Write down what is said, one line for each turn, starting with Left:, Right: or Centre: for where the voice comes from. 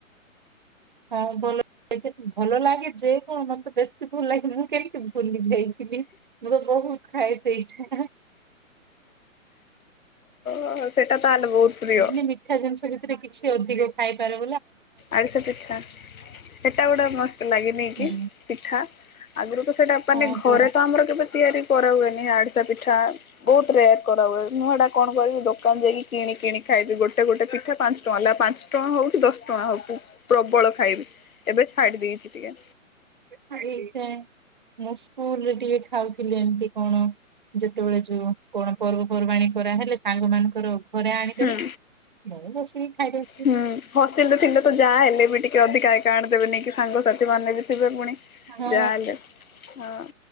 Right: ହଁ ଭଲ ଭଲ ଲାଗେ। ଯେ କଣ ମତେ ବେଶୀ ଭଲ ଲାଗେ। ମୁଁ କେମିତି ଭୁଲି ଯାଇଥିଲି ମୁଁ ତ ବହୁତ ଖାଏ ସେଇଠା।
Left: ଓହୋ ସେଇଟା ତାହେଲେ ବହୁତ ପ୍ରିୟ
Right: ମାନେ ମିଠା ଜିନିଷ ଭିତରେ କି? କିଛି ଅଧିକ ଖାଇପାର
Left: ଆରିସା ପିଠା ସେଟା ଗୋଟେ ମସ୍ତ୍ ଲାଗନି
Right: ହୁଁ।
Left: କି ପିଠା। ଆଗରୁ ତ ସେଟା ମାନେ
Right: ହଁ
Left: ଘରେ
Right: ପରା।
Left: ତ ଆମର କେବେ ତିଆରି କରା ହୁଏନି ଆଡିସା ପିଠା ବହୁତ ରେୟାର କରା ହୁଏ। ମୁଁ ହେଟା କଣ କରିବି ଦୋକାନ ଯାଇକି କି କିଣି ଖାଇବି ଗୋଟେ ଗୋଟେ ପିଠା ପାଞ୍ଚ ଟଙ୍କା ହେଲା ପାଞ୍ଚ ଟଙ୍କା ହଉଛି ଦଶ ଟଙ୍କା ହଉ ପ୍ରବଳ ଖାଇବି ଏବେ ଛାଡି ଦେଇଚି ଟିକେ।
Right: ଏଇଟା ମୁଁ ସ୍କୁଲ ଟିକେ ଖାଉଥିଲି ଏମତି କଣ ଯେତେବେଳେ ଯୋଉ କଣ ପର୍ବପର୍ବାଣୀ କରାହେଲେ ସାଙ୍ଗ ମାନଙ୍କର ଘରେ ଆଣିଦେବେ
Left: ହୁଁ
Right: ନ ବସିକି ଖାଇବୁ।
Left: ହୁଁ ହସିଲ ରେ ଥିଲେ ତ ଯାହା ହେଲେ ବି ଟିକେ ଅଧିକା ଏକା ଆଣି ଦେବେନି କି ସାଙ୍ଗସାଥି ମାନେ ବି ଥିବେ ପୁଣି।
Right: ହଁ
Left: ଜାହେଲେ ହଁ